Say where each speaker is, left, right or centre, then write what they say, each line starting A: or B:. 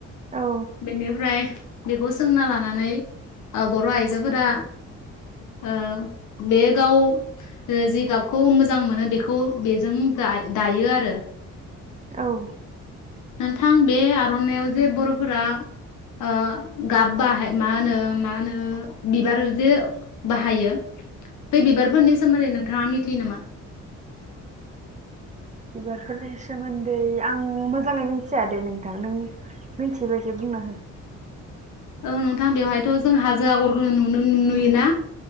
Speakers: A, on the right; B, on the left.
A: औ
B: बेनिफ्राय बेखौ सोंना लानानै बर' आइजोफोरा ओ बे गाव जि गाबखौ मोजां मोनो बेखौ बेजों दा दायो आरो।
A: औ औ।
B: नोंथां बे आर'नायाव जे बर'फोरा ओ गाब बाहाय मा होनो मा होनो बिबार जे बाहायो। बे बिबारफोरनि सोमोन्दै नोंथाङा मि थियो नामा?
A: बिबारफोरनि सोमोन्दै आं मोजाङै मिथिया दे नोंथां नों मिनथियोबा एसे बुंना हो।
B: औ नोंथां बेवहायथ' जों हाजो आगरखौ नुनो नुयोना?